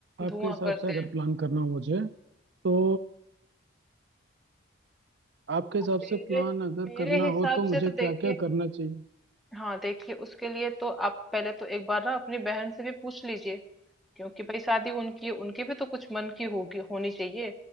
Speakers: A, on the right; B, in the centre.
A: आपके
B: धुआं
A: हिसाब
B: करते
A: से अगर
B: हैं
A: प्लान करना हो मुझे तो आपके हिसाब
B: मेरे
A: से प्लान अगर
B: मेरे
A: करना
B: हिसाब
A: हो तो मुझे
B: से तो
A: क्या
B: देखिए
A: क्या करना चाहिए
B: हाँ देखिए उसके लिए तो आप पहले तो एक बार ना अपनी बहन से भी पूछ लीजिए क्योंकि भाई शादी उनकी है, उनकी भी तो कुछ मन की होगी होनी चाहिए